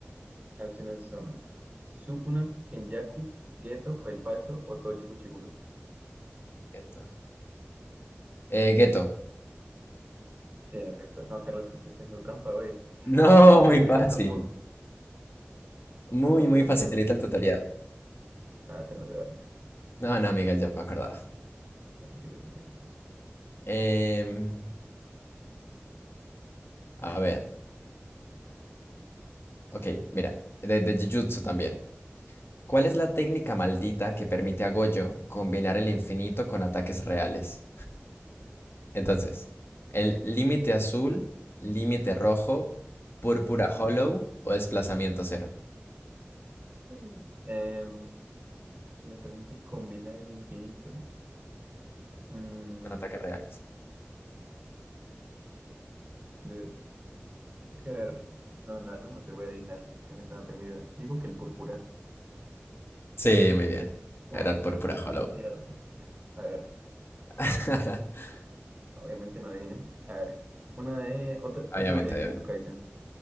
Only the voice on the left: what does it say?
Ghetto. Eh, Ghetto.
No,
muy fácil.
Muy,
muy
facilita el tutorial.
No, no, amiga, ya me acordaba.
Em, a ver, ok, mira, de, de Jujutsu también. ¿Cuál es la técnica maldita que permite a Gojo combinar el infinito con ataques reales? Entonces, el límite azul, límite rojo, púrpura hollow o desplazamiento cero.
Con ataques reales.
Sí, muy bien.
Era el
púrpura
hollow.
<laughs>
Obviamente,
obviamente.